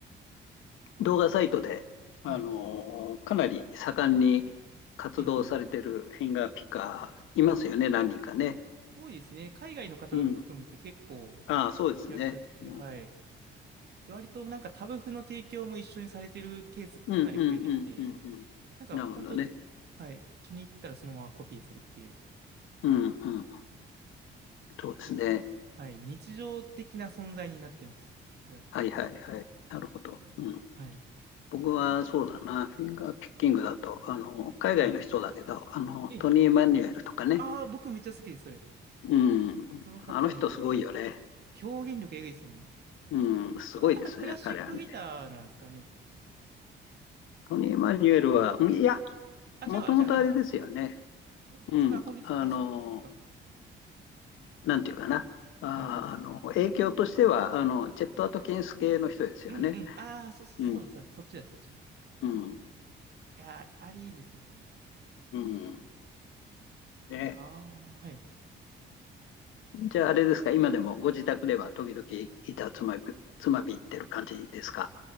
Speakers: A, on the left; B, on the right.
A: 動画サイトで、あの、
B: はい。
A: かなり盛んに活動されてるフィンガーピッカーいますよね、
B: ええ、ええ
A: 何人かね。
B: 多いですね。海外の方も含めて結構
A: うん。ああ、そうですね。
B: いらっしゃって、
A: うん
B: はい。で割となんかタブ譜の提供も一緒にされてるケースがかなり増えてきて、
A: うんうんうんうんうん。
B: なんか本当、
A: なるほどね。
B: はい。気に入ったらそのままコピーするってい
A: うんうん。そうですね。
B: う、すごい、はい。日常的な存在になってます。だか
A: はいはいはい。なるほど。うん
B: ら、はい。
A: 僕はそうだな、フィンガーピッキングだと、あの、海外の人だけど、
B: はい。
A: あの、
B: ええ。
A: トニー・マニュエルとかね、
B: ああ、僕めっちゃ好きです、それ。
A: うん、
B: この方はめっちゃ好きです。
A: あの人すごいよね。
B: 表現力えぐいですね。
A: うん、すごいですね、
B: あの方、クラシックギターなんですかね。
A: 彼はね。トニー・マニュエルは、うんいや、
B: あ、
A: もともとあれですよね。
B: 違うわ。じゃあ、あ、そっか。は普通のアコギス、
A: うん、あの、
B: あ、そ、鉱石か。
A: なんていうかな。あー、
B: はい。
A: あの、影響としては、あの、チェット・アトキンス系の人ですよね。
B: うんうん。ああ、そ、そ、そうだ、
A: うん、
B: そうだ、そっちだ、そっちだ。
A: うん、
B: いやー、あれいいですね。
A: うん。ね。
B: ああ、はい。
A: じゃあ、あれですか、今でもご自宅では時々板つまび、つまびってる感じですか